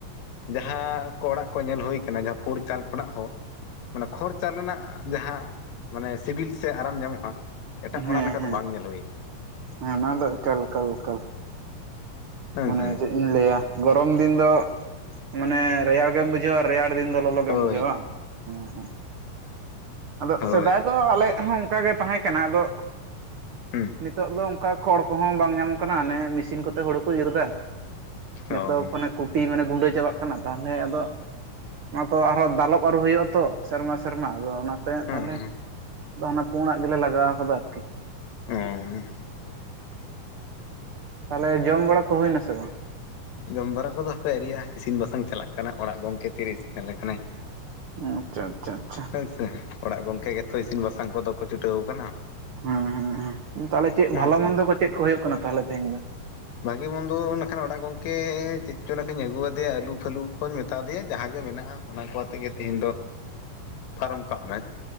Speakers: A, on the left (about 80°); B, on the right (about 85°).
A: ᱡᱟᱦᱟᱸ ᱠᱚ ᱚᱲᱟᱜ ᱠᱚ ᱧᱮᱞ ᱦᱩᱭ ᱠᱟᱱᱟ ᱡᱟᱦᱟᱸ ᱯᱩᱨ ᱪᱟᱞ ᱠᱷᱚᱱᱟᱜ ᱦᱚᱸ ᱢᱟᱱᱮ ᱠᱷᱚᱲᱪᱟᱞ ᱨᱮᱱᱟᱜ ᱡᱟᱦᱟᱸ ᱢᱟᱱᱮ ᱥᱤᱵᱤᱞ ᱥᱮ ᱟᱨᱟᱢ ᱧᱟᱢᱚᱜᱼᱟ ᱮᱴᱟᱜ
B: ᱦᱮᱸ
A: ᱚᱲᱟᱜ ᱞᱮᱠᱟ
B: ᱦᱮᱸ
A: ᱫᱚ ᱵᱟᱝ ᱧᱮᱞ ᱦᱩᱭ ᱠᱟᱱᱟ
B: ᱦᱮᱸ ᱱᱚᱣᱟ ᱫᱚ ᱮᱠᱟᱞ ᱮᱠᱟᱞ ᱮᱠᱟᱞ
A: ᱦᱮᱸ
B: ᱢᱟᱱᱮ
A: ᱦᱮᱸ
B: ᱪᱮᱫ ᱤᱧ ᱞᱟᱹᱭᱟ ᱜᱚᱨᱚᱢ ᱫᱤᱱ ᱫᱚ ᱢᱟᱱᱮ ᱨᱮᱭᱟᱲ ᱜᱮᱢ ᱵᱩᱡᱷᱟᱹᱣᱼᱟ ᱨᱮᱭᱟᱲ ᱫᱤᱱ ᱫᱚ ᱞᱚᱞᱚ ᱜᱮᱢ
A: ᱦᱳᱭ
B: ᱵᱩᱡᱷᱟᱹᱣᱼᱟ ᱵᱟᱝ, ᱦᱮᱸ ᱦᱮᱸ ᱟᱫᱚ
A: ᱦᱳᱭ
B: ᱥᱮᱫᱟᱭ ᱫᱚ ᱟᱞᱮᱜ ᱦᱚᱸ ᱚᱝᱠᱟ ᱜᱮ ᱛᱟᱦᱮᱸ ᱠᱟᱱᱟ ᱟᱫᱚ
A: ᱦᱩᱸ
B: ᱱᱤᱛᱚᱜ ᱫᱚ ᱚᱝᱠᱟ ᱠᱷᱚᱲ ᱠᱚᱦᱚᱸ ᱵᱟᱝ ᱧᱟᱢᱚᱜ ᱠᱟᱱᱟ ᱚᱱᱮ ᱢᱮᱥᱤᱱ ᱠᱚᱛᱮ ᱦᱩᱲᱩ ᱠᱚ ᱤᱨᱻ ᱮᱫᱟ ᱡᱚᱛᱚ
A: ᱚ ᱦᱩᱸ
B: ᱚᱱᱮ ᱠᱚ ᱛᱤ ᱢᱟᱱᱮ ᱜᱩᱸᱰᱟᱹ ᱪᱟᱵᱟᱜ ᱠᱟᱱᱟ ᱛᱟᱦᱚᱞᱮ ᱟᱫᱚ ᱚᱱᱟ ᱛᱚ ᱟᱨ ᱦᱚᱸ ᱫᱟᱞᱚᱵ ᱟᱹᱨᱩ ᱦᱩᱭᱩᱜᱼᱟ ᱛᱚ ᱥᱮᱨᱢᱟ ᱥᱮᱨᱢᱟ ᱟᱵᱚ ᱚᱱᱟ <inaudible> ᱛᱟᱦᱚᱞᱮ
A: ᱦᱩᱸ
B: ᱚᱱᱟ ᱯᱩᱸᱰᱟᱜ ᱜᱮᱞᱮ ᱞᱟᱜᱟᱣ ᱠᱟᱫᱟ ᱟᱨᱠᱤ
A: ᱦᱚᱸ
B: ᱛᱟᱦᱚᱞᱮ ᱡᱚᱢ ᱵᱟᱲᱟ ᱠᱚ ᱦᱩᱭ ᱱᱟᱥᱮ ᱵᱟᱝ?
A: ᱡᱚᱢ ᱵᱟᱲᱟ ᱠᱚᱫᱚ ᱦᱟᱯᱮ ᱟᱣᱨᱤᱭᱟᱜᱼᱟ ᱤᱥᱤᱱ ᱵᱟᱥᱟᱝ ᱪᱟᱞᱟᱜ ᱠᱟᱱᱟ ᱚᱲᱟᱜ ᱜᱚᱝᱠᱮ ᱛᱤᱨᱮ ᱤᱥᱤᱱ ᱟᱞᱮ ᱠᱟᱱᱟᱭ
B: ᱟᱪᱪᱷᱟ ᱟᱪᱪᱷᱟ ᱟᱪᱪᱷᱟ
A: ᱦᱮᱸᱥᱮ ᱚᱲᱟᱜ ᱜᱚᱝᱠᱮ ᱜᱮᱛᱚ ᱤᱥᱤᱱ ᱵᱟᱥᱟᱝ ᱠᱚᱫᱚ ᱠᱚ ᱪᱷᱩᱴᱟᱹᱣ ᱠᱟᱱᱟ᱾
B: ᱦᱮᱸ ᱦᱩᱸ ᱛᱟᱦᱞᱮ ᱪᱮᱫ
A: ᱦᱮᱸ
B: ᱵᱷᱟᱞᱚ
A: ᱥᱮ
B: ᱢᱚᱱᱫᱚ ᱠᱚ ᱪᱮᱫ ᱠᱚ ᱦᱩᱭᱩᱜ ᱠᱟᱱᱟ ᱛᱟᱦᱚᱞᱮ ᱛᱮᱦᱮᱧ ᱫᱚ?
A: ᱵᱷᱟᱜᱤ ᱵᱚᱱᱫᱚ ᱞᱮᱠᱷᱟᱱ ᱚᱲᱟᱜ ᱜᱚᱝᱠᱮ ᱪᱮᱫ ᱪᱚ ᱞᱮᱠᱷᱟᱱᱧ ᱟᱹᱜᱩᱣᱟᱫᱮᱭᱟ ᱟᱹᱞᱩ ᱯᱷᱟᱹᱞᱩ ᱠᱚᱧ ᱢᱮᱛᱟ ᱫᱮᱭᱟ ᱡᱟᱦᱟᱸᱟᱜ ᱜᱮ ᱢᱮᱱᱟᱜᱼᱟ ᱚᱱᱟ ᱠᱚ ᱟᱛᱮᱜᱮ ᱛᱮᱦᱮᱧ ᱫᱚ ᱯᱷᱟᱨᱚᱢ ᱠᱟᱜ ᱢᱮ